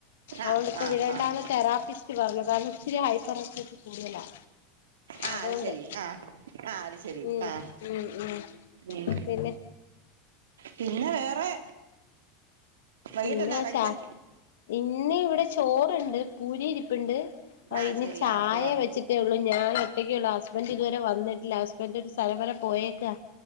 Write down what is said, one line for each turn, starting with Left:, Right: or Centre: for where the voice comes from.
Right: ആഹ്
Left: അതൊണ്ടിപ്പോം
Right: ആഹ്
Left: വിടണ്ടാന്ന്
Right: ആഹ്
Left: തെറാപ്പിസ്റ്റ് പറഞ്ഞു കാരണം ഇത്തിരി ഹൈപ്പർറസി കൂടുതലാ
Right: ആഹ്
Left: അതുകൊണ്ട്
Right: അത് ശരി ആഹ് ആഹ് അത് ശെരി
Left: ഉം
Right: ആഹ്
Left: ഉം ഉം
Right: ഉം
Left: പിന്നെ
Right: പിന്നെ വേറെ വൈകിട്ടെന്നാ
Left: പിന്നെ
Right: കഴിക്കാൻ
Left: ക്ഷാ ഇന്ന് ഇവിടെ ചോറുണ്ട് പൂരി ഇരിപ്പുണ്ട് അയ്നി
Right: ആഹ് ശെരി
Left: ചായ
Right: ആഹ്
Left: വെച്ചിട്ട് ട്ടെ ഉള്ളൂ ഞാന് ഒറ്റക്കെള്ളൂ ഹസ്ബൻന്റ് ഇതുവരെ വന്നിട്ടില്ല ഹസ്ബൻഡറ് ഒരു സ്ഥലം വരെ പോയേക്കാ